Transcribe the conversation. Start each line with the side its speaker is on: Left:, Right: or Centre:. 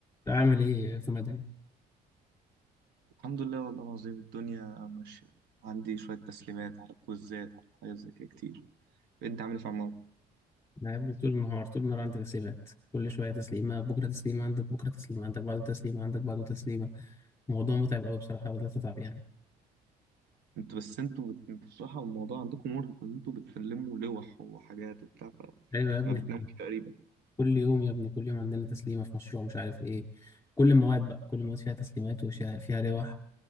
Left: عامل ايه في مدني؟
Right: الحمد لله والله العظيم الدنيا ماشية عندي شوية تسليمات على كوزات على حاجات زي كده كتير انت عامل ايه في عمارة
Left: انا يا ابني طول النهار طول النهار عندي تسليمات كل شويه تسليمه بكره تسليمه عندك بكره تسليمه عندك بعده تسليمه عندك بعده تسليمه الموضوع متعب قوي بصراحه بدات اتعب يعني
Right: انتوا بس انتوا بت... انتوا بصراحة الموضوع عندكم مرهق ان انتوا بتسلموا لوح وحاجات وبتاع
Left: ايوه يا ابني
Right: فما بتناموش
Left: إحنا
Right: تقريبا
Left: كل يوم يا ابني كل يوم عندنا تسليمه في مشروع مش عارف ايه كل المواد بقى كل المواد فيها تسليمات وفيها فيها لوح